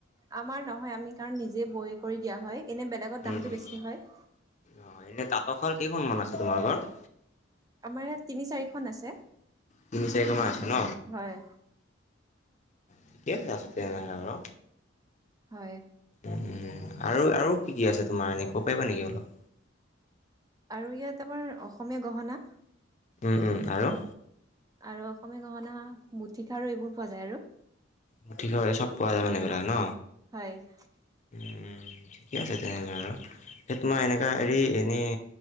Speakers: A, on the right (about 20°); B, on the left (about 35°).
A: আমাৰ নহয় আমি কাৰণ নিজে বই কৰি দিয়া হয়, এনে বেলেগত
B: উম
A: দামটো
B: উম
A: বেছি হয়।
B: অ' এনে তাতশাল কেইখন মান আছে তোমালোকৰ?
A: আমাৰ ইয়াত তিনি চাৰিখন আছে।
B: তিনি চাৰিখনমান আছে ন
A: হয়।
B: ঠিকে আছে তেনেহ'লে আৰু।
A: হয়।
B: উম, আৰু আৰু কি কি আছে তোমাৰ এনে ক'ব পাৰিবা নেকি অলপ?
A: আৰু ইয়াত আমাৰ অসমীয়া গহনা।
B: উ, উ, আৰু?
A: আৰু অসমীয়া গহনা, মুঠিখাৰো এইবোৰ পোৱা যায় আৰু।
B: মুঠিখা, চব পোৱা যায় মানে এইবিলাক ন'?
A: হয়। <inaudible>
B: উম ঠিকে আছে তেনেহলে আৰু এ‌ তোমাৰ এনেকা হেৰি এনেই